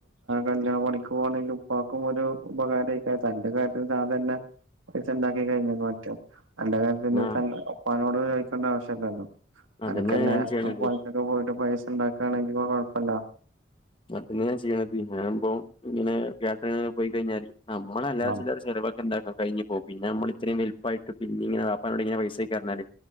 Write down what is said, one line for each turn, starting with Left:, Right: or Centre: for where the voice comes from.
Right: കല്യാണം പണിക്ക് പോവാണെങ്കിൽ ഉപ്പാക്കും ഒരു ഉപകാരൊക്കെ തന്റെ കാര്യത്തിൽ താൻ തന്നെ ഉണ്ടാക്കി കഴിഞ്ഞ മറ്റേ അന്റെ കാര്യത്തിൽ
Left: ആഹ്
Right: ഉപ്പാനോട് ചോദിക്കേണ്ട ആവ്യശല്ലല്ലോ
Left: അതന്നെ
Right: അനക്കന്നെ
Left: ഞാൻ ചെയ്യണത്
Right: പണിക്കൊക്കെ പോയിട്ട് പൈസ ഉണ്ടാക്കുകയാണെങ്കിൽ കുഴപ്പമില്ല
Left: അതന്നൊ ചെയ്യണത് ഞാനൻ ഇ്പ ഇങ്ങനെ കാറ്ററിങ് പോയി കഴിഞ്ഞാല് നമ്മള അല്ലാെ
Right: ആഹ്
Left: ചില ചിലവക്കെന്താക്കാം കഴഞ്ഞ പോ പിന്നെ നമ്മള ഇത്രയും വെുപ്പായിട്ട് പിന്ന ഇങ്ങൊ ഇങ്ങന പൈസ പറഞാല്